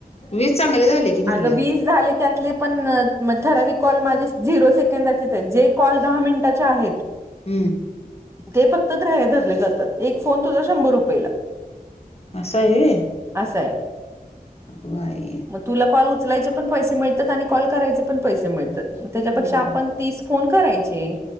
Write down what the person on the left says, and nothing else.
वीज चांगली झाले म्हणलं
हम्म
अससं आहे
बाई
हम्म